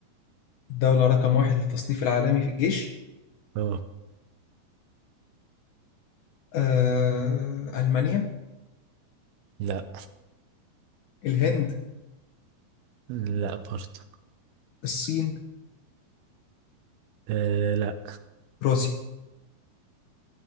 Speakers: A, on the left; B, on the right.
A: الدولة رقم واحد للتصنيف العالمي في الجيش
B: اه
A: آه ألمانيا
B: لا
A: الهند
B: لا برضه
A: الصين
B: آه لا
A: روسيا